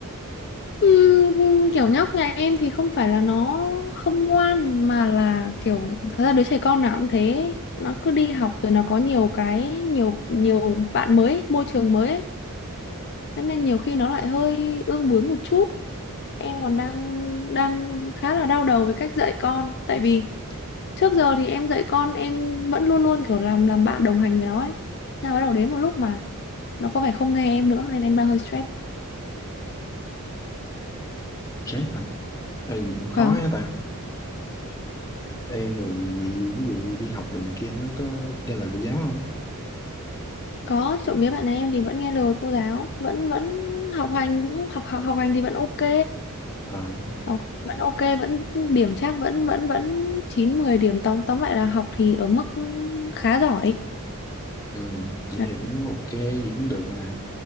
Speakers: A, on the left; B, on the left.
A: Ừm, kiểu nhóc nhà em thì không phải là nó không ngoan mà là kiểu thật ra đứa trẻ con nào cũng thế ấy. nó cứ đi học rồi nó có nhiều cái nhiều nhiều bạn mới ấy, môi trường mới ấy. Thế nên nhiều khi nó lại hơi ương bướng một chút em còn đang đang khá là đau đầu với cách dạy con tại vì trước giờ thì em dạy con em vẫn luôn luôn kiểu làm làm bạn đồng hành với nó ấy Thế là bắt đầu đến một lúc mà nó có vẻ không nghe em nữa nên em đang hơi stress
B: stress hả Ê, gì cũng khó
A: vâng
B: hết ta. Ê, rồi gì, ví dụ đi học đồ này kia nó có kia lời của giáo không?
A: có trộm vía bạn ấy em thì vẫn nghe lời cô giáo vẫn vẫn học hành cũng học học học hành thì vẫn ok
B: Ờ,
A: học vẫn ok vẫn điểm chắc vẫn vẫn vẫn chín mười điểm tóm tóm lại là học thì ở mức khá giỏi
B: ừ, vậy
A: đấy.
B: thì cũng ok, vậy cũng được mà.